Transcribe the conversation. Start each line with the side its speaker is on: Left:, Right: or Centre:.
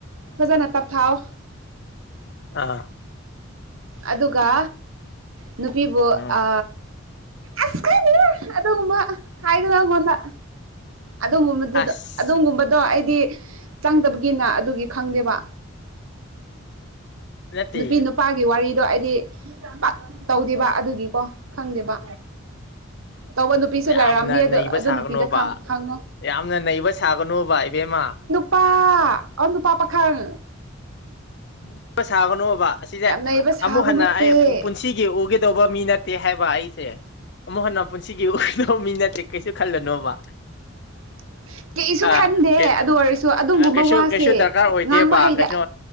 Right: ꯐꯖꯅ ꯇꯞꯊꯥꯎ
Left: ꯑꯥ꯫
Right: ꯑꯗꯨꯒ ꯅꯨꯄꯤꯕꯨ
Left: ꯎꯝ
Right: ꯑ ꯑꯁ <unintelligible> ꯑꯗꯨꯝꯕ ꯍꯥꯏꯒꯅꯣ ꯑꯩꯎꯟꯗ꯫ ꯑꯗꯨꯒꯕꯗꯨꯗ
Left: ꯑꯁ
Right: ꯑꯗꯨꯒꯨꯝꯕꯗꯣ ꯑꯩꯗꯤ ꯆꯪꯗꯕꯒꯤꯅ ꯑꯗꯨꯒꯤ ꯈꯪꯗꯦꯕ꯫
Left: ꯅꯠꯇꯦ
Right: ꯅꯨꯄꯤ ꯅꯨꯄꯥꯒꯤ ꯋꯥꯔꯤꯗꯣ ꯑꯩꯗꯤ ꯄꯥꯛ ꯇꯧꯗꯦꯕ ꯑꯗꯨꯒꯤꯀꯣ ꯈꯪꯗꯦꯕ ꯇꯧꯕ ꯅꯨꯄꯤꯁꯨ
Left: ꯌꯥꯝꯅ
Right: ꯂꯩꯔꯛꯑꯝꯅꯤ ꯑꯗꯨ
Left: ꯅꯩꯕ
Right: ꯑꯗꯨ
Left: ꯁꯥꯒꯅꯣꯕ
Right: ꯅꯨꯄꯤꯗ ꯈꯪ ꯍꯪꯉꯣ
Left: ꯌꯥꯝꯅ ꯅꯩꯕ ꯁꯥꯒꯅꯨꯕ ꯏꯕꯦꯝꯃ
Right: ꯄꯥ ꯑꯣ ꯅꯨꯄꯥ ꯄꯥꯈꯪ
Left: <unintelligible> ꯄ ꯁꯥꯒꯅꯣꯕ ꯑꯁꯤꯁꯦ
Right: ꯌꯥꯝ ꯅꯩꯕ ꯁꯥꯕ
Left: ꯑꯃꯨꯛ ꯍꯟꯅ
Right: ꯅꯠꯇꯦ
Left: ꯑꯩ ꯄꯨꯟꯁꯤ ꯁꯤꯒꯤ ꯎꯒꯦꯗꯧꯕ ꯃꯤ ꯅꯠꯇꯦ ꯍꯥꯏꯕ ꯑꯩꯁꯦ ꯑꯃꯨꯛ ꯍꯟꯅ ꯄꯨꯟꯁꯤꯒꯤ ꯎꯒꯗꯧꯕ ꯃꯤ ꯅꯠꯇꯦ ꯀꯩꯁꯨ ꯈꯜꯂꯅꯣꯕ
Right: <unintelligible> ꯀꯩꯁꯨ
Left: ꯑ
Right: ꯈꯟꯗꯦ
Left: ꯀꯩꯅꯣ
Right: ꯑꯗꯨ ꯑꯣꯏꯔꯁꯨ ꯑꯗꯨꯒꯨꯝꯕ
Left: ꯀꯩꯁꯨ
Right: ꯋꯥꯁꯦ
Left: ꯀꯩꯁꯨ ꯗꯔꯀꯥꯔ ꯑꯣꯏꯗꯦꯕ
Right: ꯉꯥꯡꯕ ꯍꯩꯗꯦ__
Left: ꯀꯩꯅꯣ